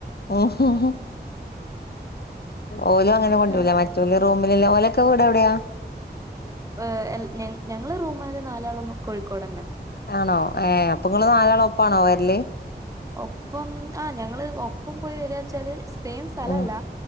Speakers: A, on the left; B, on the right.
A: ഓ ഹോ ഹോ ഓലും അങ്ങനെ കൊണ്ട്രൂലേ
B: ആഹ്
A: മറ്റൊലെ റൂമ് ല്ല്ലാ ഓലൊക്കെ വീടെവ് ടെയാ
B: ഏ എൽ ഞങ് ഞങ്ങ്ള് റൂമാര് ന്നാലാളൊന്നും കോഴിക്കോടെന്നെ
A: ആണോ ഏ അപ്പ്ങ്ങള് ന്നാലാളൊപ്പാണോ വര്ല്
B: ഒപ്പം ആ ഞങ്ങള് ഒപ്പം പോയി വെരാവെച്ചാല് സെയിം സ്ഥലല്ല
A: ഉം